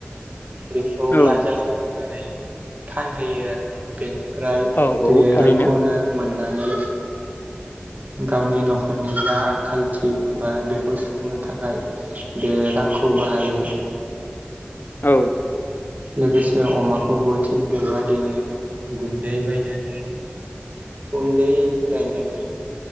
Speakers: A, on the right (about 40°); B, on the left (about 55°).
A: बेखौ
B: औ
A: बाजाराव नांनानै फानहैयो आरो ना। बेनिफ्राय
B: औ
A: बे
B: औ थारैनो
A: रांखौनो मोननानै गावनि न'खरनि जा आंखालथि बा बेखौ सुफुंनो थाखाय बे रांखौ बाहायो।
B: औ।
A: लोगोसे अमाखौबो थिग बेबायदिनो गुन्दै बायनानै उन्दैनिफ्रायनो